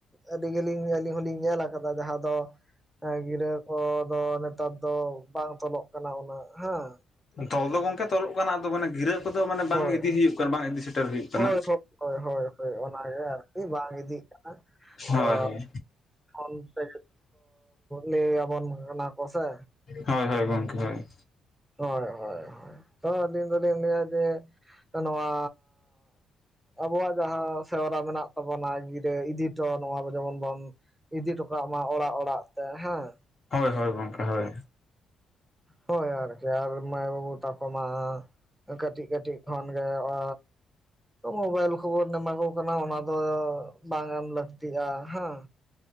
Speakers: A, in the centre; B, on the left.
A: ᱟᱹᱰᱤ ᱜᱮᱞᱤᱧ ᱟᱹᱞᱤᱧ ᱦᱚ ᱞᱤᱧ ᱧᱮᱞ ᱟᱠᱟᱫᱟ᱾ ᱚᱱᱟ ᱡᱟᱦᱟᱸ ᱫᱚ ᱮᱸ ᱜᱤᱨᱟᱹ ᱠᱚ ᱫᱚ ᱱᱮᱛᱟᱨ ᱫᱚ ᱵᱟᱝᱼᱼ ᱛᱚᱞᱚᱜ ᱠᱟᱱᱟ ᱩᱱᱟᱹᱜ ᱦᱮᱸ
B: ᱛᱚᱞ ᱫᱚ ᱜᱚᱝᱠᱮ ᱛᱚᱞᱚᱜ ᱠᱟᱱᱟ ᱟᱫᱚ ᱢᱟᱱᱮ ᱜᱤᱨᱟᱹ ᱠᱚᱫᱚ ᱢᱟᱱᱮ ᱵᱟᱝ
A: ᱦᱳᱭ
B: ᱤᱫᱤ ᱦᱩᱭᱩᱜ ᱠᱟᱱᱟ ᱵᱟᱝ ᱤᱫᱤ ᱥᱮᱴᱮᱨ ᱦᱩᱭᱩᱜ ᱠᱟᱱᱟ᱾
A: ᱦᱳᱭ ᱦᱳᱭ ᱦᱳᱭ ᱦᱳᱭ ᱚᱱᱟᱜᱮ ᱟᱨᱠᱤ ᱵᱟᱝ ᱤᱫᱤᱜ ᱠᱟᱱᱟ᱾
B: ᱦᱳᱭ
A: ᱛᱚ
B: ᱦᱳᱭ
A: ᱚᱱᱛᱮ ᱞᱟᱹᱭ ᱟᱵᱚᱱ ᱠᱟᱱᱟ ᱠᱚ ᱥᱮ᱾
B: ᱦᱳᱭ ᱦᱳᱭ ᱜᱚᱢᱠᱮ ᱦᱳᱭ᱾
A: ᱦᱳᱭ ᱦᱳᱭ ᱦᱳᱭ ᱛᱚ ᱟᱹᱞᱤᱧ ᱫᱚᱞᱤᱧ ᱞᱟᱹᱭᱟ ᱡᱮ ᱱᱚᱣᱟ ᱟᱵᱚᱣᱟᱜ ᱡᱟᱦᱟᱸ ᱥᱮᱨᱣᱟ ᱢᱮᱱᱟᱜ ᱛᱟᱵᱚᱱᱟ ᱜᱤᱨᱟᱹ ᱤᱫᱤᱴᱚ ᱱᱚᱣᱟ ᱡᱮᱢᱚᱱ ᱵᱚᱱ᱾ ᱤᱫᱤ ᱴᱚᱠᱟᱜ ᱢᱟ ᱚᱲᱟᱜ ᱚᱲᱟᱜ ᱛᱮ ᱦᱮᱸ᱾
B: ᱦᱳᱭ ᱦᱳᱭ ᱜᱚᱢᱠᱮ ᱦᱳᱭ᱾
A: ᱦᱳᱭ ᱟᱨᱠᱤ ᱟᱨ ᱢᱟᱭ ᱵᱟᱹᱵᱩ ᱛᱟᱠᱚ ᱢᱟ ᱠᱟᱹᱴᱤᱡ ᱠᱟᱹᱴᱤᱡ ᱠᱷᱚᱱᱜᱮ ᱚᱻ ᱢᱳᱵᱟᱭᱤᱞ ᱠᱚᱵᱚᱱ ᱮᱢᱟ ᱠᱚ ᱠᱟᱱᱟ ᱚᱱᱟ ᱫᱚ ᱵᱟᱝ ᱮᱢ ᱞᱟᱹᱠᱛᱤᱜᱼᱟ ᱦᱮᱸ᱾